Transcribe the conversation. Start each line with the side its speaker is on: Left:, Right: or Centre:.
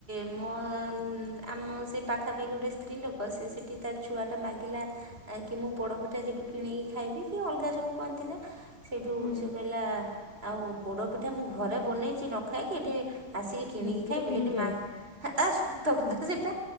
Right: ମୋ ଆମ ସେ ପାଖାପାଖି ଗୋଟେ ସ୍ତ୍ରୀ ଲୋକ ସେ ସେଠି ତା ଛୁଆଟା ମାଗିଲା କି ମୁଁ ପୋଡ଼ପିଠା ସେଇଠୁ କିଣିକି ଖାଇବି କି ଅଲଗା ସବୁ କଣ ଥିଲା। ସେଇଠୁ
Left: ହୁଁ
Right: ସେ କହିଲା ଆଉ ପୋଡ଼ପିଠା ମୁଁ ଘରେ ବନେଇଚି ନ ଖାଇକି ଏଠି ଆସିକି କିଣିକି
Left: ହୁଁ ଯୋଉଟା
Right: ଖାଇବୁ
Left: କିଣିକି
Right: ସେଠି
Left: ଖାଇବା
Right: ମା ହା ଆ ସତ କଥା ସେଟା